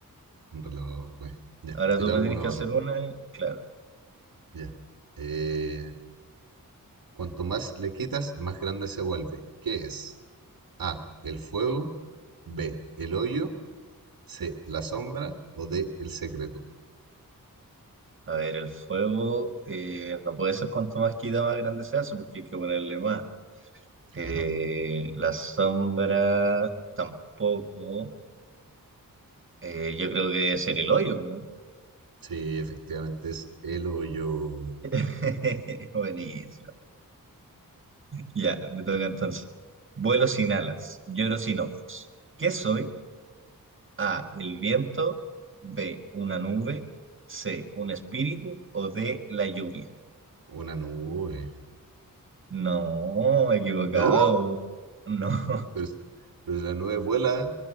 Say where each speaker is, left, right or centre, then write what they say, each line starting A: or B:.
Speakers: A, on the right (about 70°); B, on the right (about 35°).
A: Un reloj, pues. Ya,
B: Ahora
A: yo
B: tú
A: te hago
B: me
A: una
B: tienes que
A: hora.
B: hacer una. Claro.
A: Ya. Eh, cuanto más le quitas, más grande se vuelve. ¿Qué es? A, el fuego. B, el hoyo. C, la sombra. O D, el secreto.
B: A ver, el fuego eh, no puede ser cuanto más quita más grande se hace porque hay que ponerle más. Eh,
A: Claro.
B: la sombra tampoco. Eh, yo creo que debe ser el hoyo, ¿no?
A: Sí, efectivamente es el hoyo.
B: <laughs> Buenísimo. Ya, me toca entonces. Vuelo sin alas, lloro sin ojos. ¿Qué soy? A, el viento. B, una nube. C, un espíritu. O D, la lluvia.
A: Una nube.
B: No, equivocado.
A: ¿No?
B: No. <laughs>
A: Pero, es- pero si la nube vuela